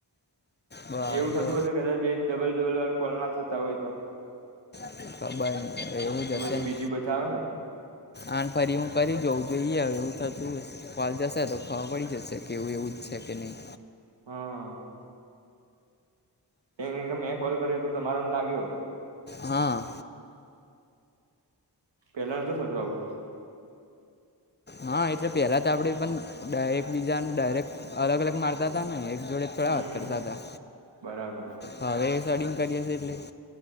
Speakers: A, on the left; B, on the right.
A: બા
B: એવું
A: એ
B: થતું
A: તો
B: હશે કદાચ બેયન ડબલ-ડબલ વાર કોલ ના થતા હોય તો.
A: <unintelligible>
B: તો
A: જ
B: પછી
A: હશે ને
B: બીજી બતાવે ને.
A: આન ફરી હું કરી જોઉં <unintelligible> કોલ જશે તો ખબર પડી જશે કે એવું-એવું જ છે કે નહીં.
B: હા. કેમ કે મેં કોલ કર્યો તો તમારામાં લાગ્યો.
A: હા.
B: પેલા નહોતું થતું આવું.
A: હા એટલે પહેલા તો આપડે પણ ડાયરેક્ટ બીજાને ડાયરેક્ટ અલગ-અલગ મારતા તા તા, ને એક જોડે
B: હમ
A: <unintelligible> કરતાં તા.
B: બરાબર
A: હવે <unintelligible> કરીએ એટલે <unintelligible>